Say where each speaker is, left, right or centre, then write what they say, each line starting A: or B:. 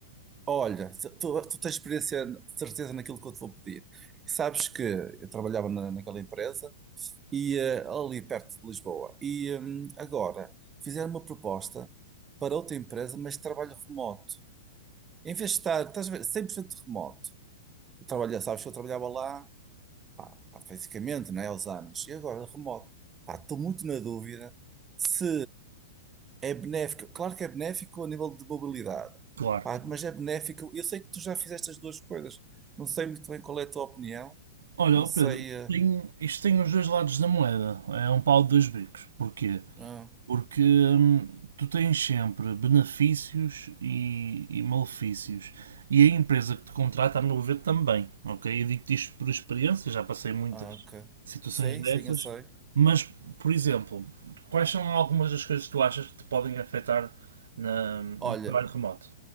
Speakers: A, on the right; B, on the right.
A: olha, tu, tu- tu tens experiência, certeza naquilo que eu te vou pedir. Sabes que eu trabalhava na, naquela empresa e, eh, ali perto de Lisboa. E hum, agora fizeram uma proposta para outra empresa, mas de trabalho remoto. Em vez de estar, estás a ver, 100% remoto. Eu trabalho, sabes que eu trabalhava lá, pá, pá, fisicamente, não é, aos anos. E agora remoto. Pá, estou muito na dúvida se é benéfico. Claro que é benéfico a nível de mobilidade.
B: Claro.
A: Pá,
B: claro.
A: mas é benéfico. Eu sei que tu já fizeste as duas coisas. Não sei muito bem qual é a tua opinião.
B: Olha,
A: Não
B: ó
A: sei.
B: Pedro,
A: eh,
B: tem- isto tem os dois lados da moeda. É um pau de dois bicos. Porquê?
A: ah,
B: Porque hum, tu tens sempre benefícios e, e malefícios. E a empresa que te contrata, a meu ver, também. Ok? Eu digo-te isto por experiência, já passei muitas
A: Ah, ok.
B: situações
A: Sim,
B: dessas.
A: sim, eu sei.
B: Mas, por exemplo, quais são algumas das coisas que tu achas que te podem afetar na- no
A: Olha,
B: trabalho remoto?